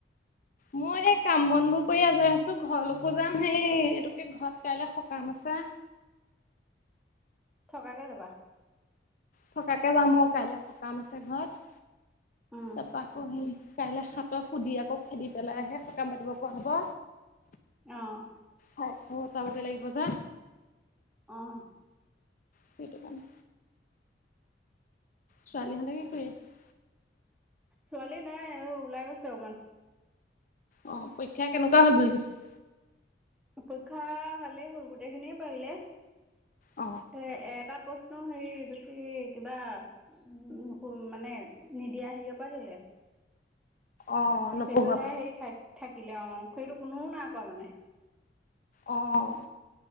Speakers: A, on the left; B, in the centre.
A: মই সেই কাম বন বোৰ কৰি আজৰি হৈছো ঘৰলৈকো যাম সেই এইটো কি ঘৰত কাইলে সকাম আছে
B: থকাকে যাবা
A: থকাকে যাম অ কাইলৈ সকাম আছে ঘৰত
B: অম
A: তাৰপা আকৌ স কাইলৈ হাত সুধি আকৌ খেদি পেলাইহে সকাম পাতিব পৰা হব
B: আহ
A: পাকঘৰ অতাব গে লাগিব যে
B: আহ
A: সেইটো কাৰণে ছোৱালীহঁতেক কি কৰি আছে
B: ছোৱালী নাই অ ওলাই গৈছে অকমান
A: অ পৰীক্ষা কেনেকুৱা হল বুলি কৈছ
B: পৰীক্ষা ভালেই হ'ল গোটেই খিনিয়ে পাৰিলে
A: অ
B: এ এটা প্ৰ্ ন হেৰি এইটো কি কিবা উ মানে নিদিয়া হেৰিয় পৰা দিলে <inaudible>
A: অ নপঢ়োৱা
B: সেইটোহে
A: পা
B: হেৰি থ থাকিলে অ সেইটো কোনোও নাই কৰাোৱা মানে
A: আহ